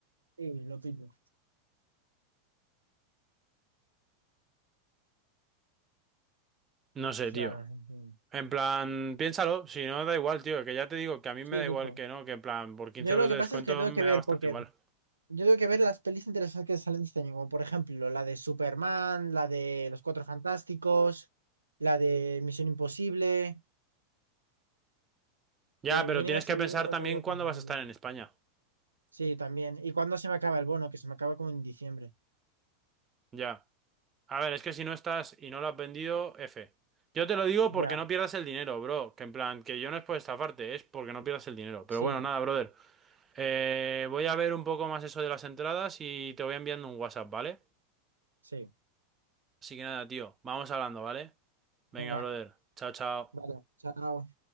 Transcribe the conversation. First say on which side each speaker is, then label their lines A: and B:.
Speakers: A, on the right; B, on the right.
A: Sí, lo pillo.
B: No sé,
A: Claro.
B: tío.
A: entiendo.
B: En plan, piénsalo, si no, da igual, tío, que ya te digo que a mí
A: Sí,
B: me da
A: tipo.
B: igual que no, que en plan, por 15
A: Yo
B: euros
A: lo que
B: de
A: pasa
B: descuento
A: es que tengo
B: me
A: que ver,
B: da bastante
A: porque
B: igual.
A: yo tengo que ver las pelis interesantes que salen este año, como por ejemplo la de Superman, la de Los Cuatro Fantásticos, la de Misión Imposible.
B: Ya,
A: También
B: pero tienes
A: iba a salir
B: que pensar
A: otra
B: también
A: guapa
B: cuándo
A: en mayo.
B: vas a estar en España.
A: Sí, también. ¿Y cuándo se me acaba el bono? Que se me acaba como en diciembre.
B: Ya. A ver, es que si no estás y no lo has vendido, F. Yo te lo digo porque
A: Ya,
B: no pierdas el dinero, bro. Que en plan, que yo no es por estafarte, es porque no pierdas el dinero. Pero
A: sí,
B: bueno, nada, brother. Eh, voy a ver un poco más eso de las entradas y te voy enviando un WhatsApp, ¿vale?
A: sí.
B: Así que nada, tío, vamos hablando, ¿vale? Venga,
A: Venga,
B: brother. Chao, chao.
A: vale, chao.